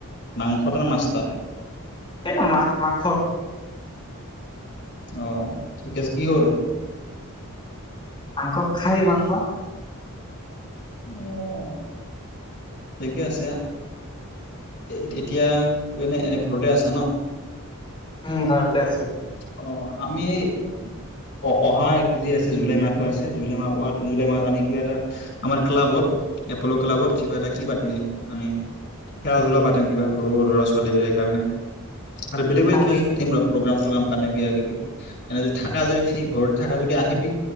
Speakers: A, on the left; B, on the left.
A: মাংসটা নে মাছটা
B: এ মাছ মাংস
A: আহ ঠিক আছে কি হৰ
B: মাংস খাহি মাংস <unintelligible>
A: অহ ঠিকে আছে এ এতিয়া তোৰ এনেই ঘৰতে আছা ন
B: উম ঘৰতে আছো
A: অ আমি এই অ অহা যি আছে জুলাই মাহটো আছে জুলাই মাহ অহা জুলাই মাহত আমি কিবা এটা আমাৰ ক্লাবত <unintelligible> এপল্ ক্লাবত কিবা এটা কি বাদ্য <unintelligible> কৰিম আমি খেলা ধূলা পাতিম কিবা সৰু সৰু ল'ৰা ছোৱালীবিলাক কাৰণে <unintelligible> আৰু বেলেগ বেলেগ
B: খাই
A: কিবা কিবি পাতিম ৰ প্ৰগ্ৰাম চগ্ৰাম পাতিম কিবা কিবি এনে যদি থাকা যদি ফ্ৰী ঘৰত <unintelligible> থাকা যদি আহিবি